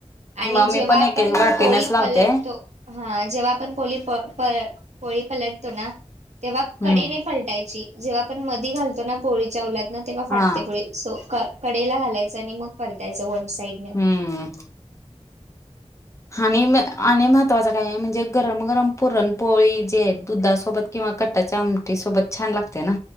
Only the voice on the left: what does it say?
मग मी
पण
एक एक वाटीनच
लावते
हम्म
हा
हुम. हाणिम आणि महत्त्वाचं काय आहे म्हणजे गरम गरम पुरणपोळी जे दुधासोबत. किंवा कटाच्या आमटी सोबत छान लागत त्या ना.